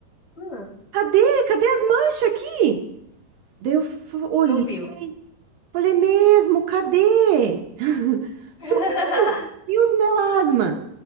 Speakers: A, on the left; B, on the right.
A: ah,
B: Cadê? Cadê as manchas aqui? Daí eu f- olhei,
A: sumiu.
B: falei mesmo, cadê? <laughs> Sumiu,
A: <laughs>
B: sumiu os melasma.